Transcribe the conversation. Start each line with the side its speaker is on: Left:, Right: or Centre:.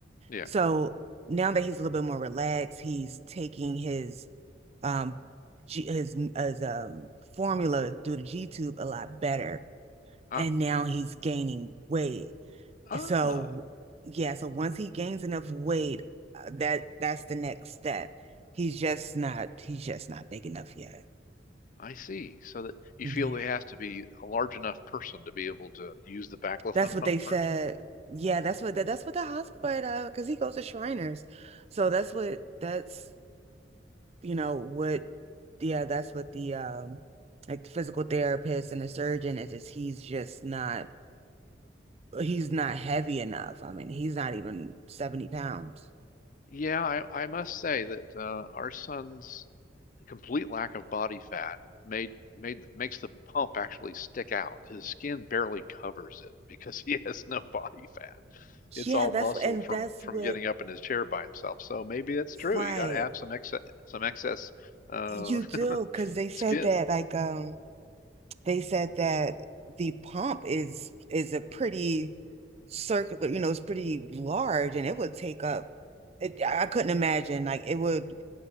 Left: Yeah.
Right: So now that he's a little bit more relaxed, he's taking his um G, his his um formula through the G tube a lot better,
Left: Ah.
Right: and now he's gaining weight.
Left: Ah.
Right: So yeah, so once he gains enough weight, uh, that that's the next step. He's just not he's just not big enough yet.
Left: I see. So that you
Right: Yeah.
Left: feel he has to be a large enough person to be able to use the baclofen
Right: That's what
Left: pump
Right: they said.
Left: first?
Right: Yeah, that's what that, that's what the hospital uh because he goes to Shriners. So that's what that's you know what yeah, that's what the um like the physical therapist and the surgeon is just he's just not he's not heavy enough. I mean, he's not even 70 pounds.
Left: Yeah, I, I must say that uh, our son's complete lack of body fat made made makes the pump actually stick out. His skin barely covers it because he <laughs> has no body fat. It's
Right: Yeah,
Left: all
Right: that's
Left: muscle
Right: what and
Left: from
Right: that's
Left: from
Right: what
Left: getting up in his chair by himself. So maybe that's true.
Right: Right.
Left: You got to have some excess some excess uh,
Right: You do,
Left: <laughs>
Right: because they said
Left: skin.
Right: that like um they said that the pump is is a pretty circular, you know, it's pretty large and it would take up it, I couldn't imagine like it would